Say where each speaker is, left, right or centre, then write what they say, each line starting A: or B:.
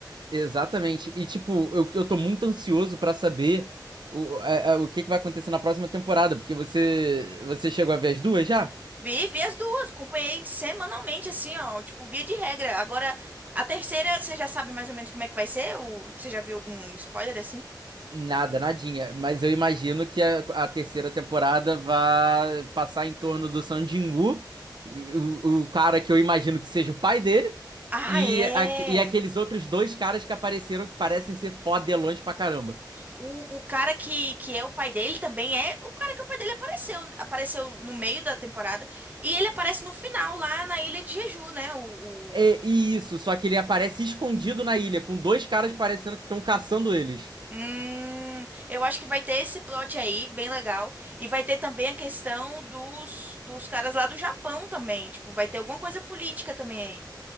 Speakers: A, on the right; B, on the right.
A: Exatamente. E, tipo, eu, eu tô muito ansioso pra saber o, é, é, o que que vai acontecer na próxima temporada, porque você, você chegou a ver as duas já?
B: Vi, vi as duas, acompanhei semanalmente, assim, ó, tipo, via de regra. Agora, a terceira, você já sabe mais ou menos como é que vai ser? Ou você já viu algum spoiler, assim?
A: Nada, nadinha. Mas eu imagino que a, a terceira temporada vai passar em torno do Sung Jin-woo, o, o cara que eu imagino que seja o pai dele,
B: Ah,
A: e,
B: é!
A: a- e aqueles outros dois caras que apareceram que parecem ser fodelões pra caramba.
B: O, o cara que, que é o pai dele também é o cara que é o pai dele apareceu, apareceu no meio da temporada, e ele aparece no final, lá na Ilha de Jeju, né? O,
A: É,
B: o-
A: e isso, só que ele aparece escondido na ilha, com dois caras parecendo que estão caçando eles.
B: Hum, eu acho que vai ter esse plot aí, bem legal. E vai ter também a questão dos, dos caras lá do Japão também. Tipo, vai ter alguma coisa política também aí.